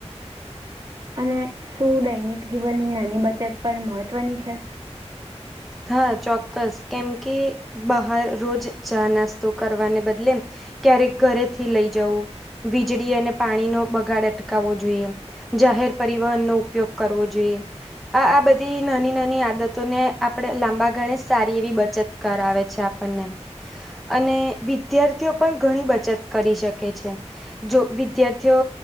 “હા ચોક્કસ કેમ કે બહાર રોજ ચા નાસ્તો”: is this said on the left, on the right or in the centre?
Centre